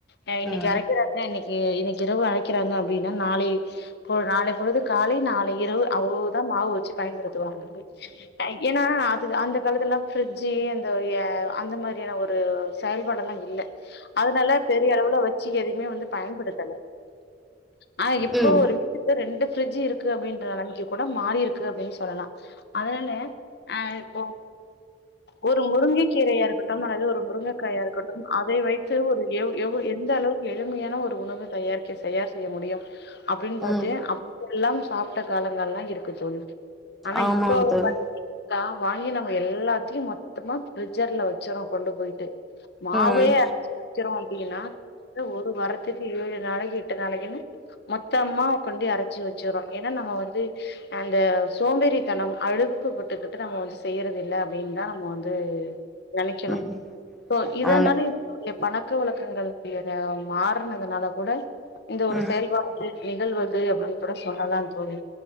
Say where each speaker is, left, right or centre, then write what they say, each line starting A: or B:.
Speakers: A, on the left; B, in the centre.
A: ஆஹ இன்னைக்கி
B: ம்
A: அரைகுறவங்க இன்னைக்கி எனக்கு இரவு அழைக்கிறாங்க அப்டின்னா நாளை பொ நாளை பொழுது காலை நாளை இரவு அவ்வளவுதா மாவு வச்சு பயன்படுத் <unintelligible> ஏன்னா அந்த காலத்துலாம் பிரிட்ஜி அந்த எ அந்த மாதிரியான ஒரு செயல்பாட எல்லா இல்ல அதனால பெரிய பெரிய அளவுல வச்சு எதவுமே வந்து பயன்படுத்தலை ஆனா இப்போ
B: ம்
A: ஒரு வீட்டுக்கு ரெண்டு பிரிடட்ஜ் இருக்கு அப்டின்ற நெலமைக்குை கூட மாறி இருக்கு அப்டின்னு சொல்லலா அதனாலே ஆஹ் இப்போ ஒரு முருங்கை கீரையா இருக்கட்டு அல்லது ஒரு முருங்கைக்காயா இருக்கு ட்டும் அதை வைத்து ஒரு எ எவ் எந்த அளவுக்கு எளிமையான ஒரு உணவை தயாரிக்க தயார் செய்ய முடியு அப்டின்னு பாத்து
B: ம்
A: எல்லாம் சாப்ட்ட காலங்கல்லாம் இருக்கு தோழி ஆனா
B: ஆமாங்க
A: இப்போ
B: தோழி
A: பாத்துட்டீன்கனாக்கா வாங்கி நம்ம எல்லாத்தையும் மொத்தமா பிர்ஜர்ல வச்சிரோம் கொண்டு போயிட்டு மாவே
B: ம்
A: அரச்சு வச்சிரோ <unintelligible> வரத்துக்கு ஏழு நாளைக்கு எட்டு நாளைக்குன்னு மொத்தமா கொண்டி அரைச்சு வச்சிறோ ஏன்னா நம்ம வந்து அந்த சோம்பேறித்தனம் அழுப்புப்பட்டுக்கிட்டு நம்ம வந்து செய்யறது இல்ல அப்டின்னுதான் நம்ம வந்து நெனைக்கணும்
B: ம்
A: சோ இதனால
B: ஆமா
A: <unintelligible> பணத்தை பழக்க வழக்கங்கள் <unintelligible> மாறனதுனால கூட இந்த ஒரு
B: ம்
A: செயல்பாடு நிகழ்வது அப்படின்னு கூட சொல்லலாம் தோழி